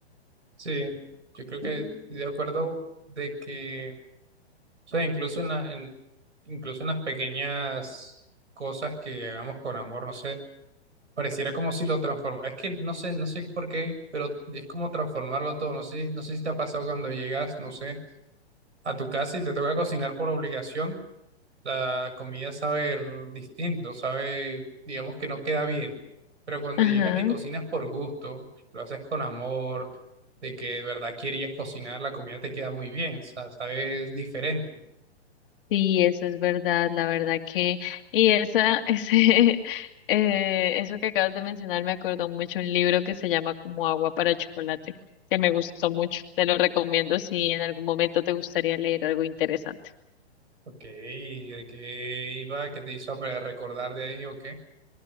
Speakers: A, on the right (about 85°); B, on the left (about 50°).
A: Sí, yo creo que estoy de acuerdo de que, o sea, incluso en la, en, incluso en las pequeñas cosas que hagamos con amor, no sé, pareciera como si lo transformara. Es que no sé, no sé por qué, pero es como transformarlo todo. No sé, no sé si te ha pasado cuando llegas, no sé, a tu casa y te toca cocinar por obligación. La comida sabe r- distinto, sabe, digamos que no queda bien. Pero cuando
B: Ajá,
A: llegas y cocinas por gusto, lo haces con amor, de que de verdad querías cocinar, la comida te queda muy bien, o sea, sabes diferente.
B: sí, eso es verdad, la verdad que, y esa, <laughs> ese, eh, eso que acabas de mencionar me acordó mucho un libro que se llama como Agua para Chocolate, que me gustó mucho, te lo recomiendo si en algún momento te gustaría leer algo interesante.
A: Ok, ¿de qué iba? ¿Qué te hizo pre- recordar de ahí o qué?